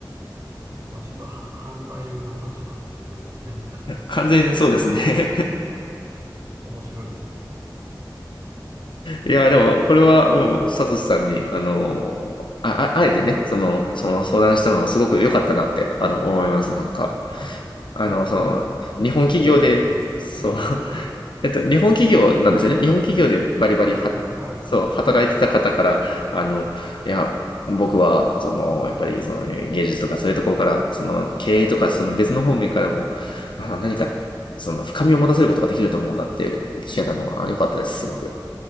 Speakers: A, on the right; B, on the left.
A: まあ、ちょっとは反対の立場ですよね。
B: 完全にそうですね。
A: 面白いです。
B: いや、でも、これは、もう、サトシさんに、あの、あ、ああえてね、その、その相談したのはすごく良かったなって、あの、思います、なんか。
A: あ、
B: あの、
A: そう、
B: その、日本企業で、
A: それだったら、すごく良かったですね。
B: そう、<laughs> えっと、日本企業なんですよね。日本企業でバリバリは、
A: あ、そうですね。はい。
B: そう、働いてた方から、
A: はい。
B: あの、いや、僕は、その、やっぱり、その、芸術とかそういうところから、その、経営とか、その別の方面からも、あの、何か、その、深みを持たせることができると思うんだっていう聞けたのは、あ良かったです、すごく。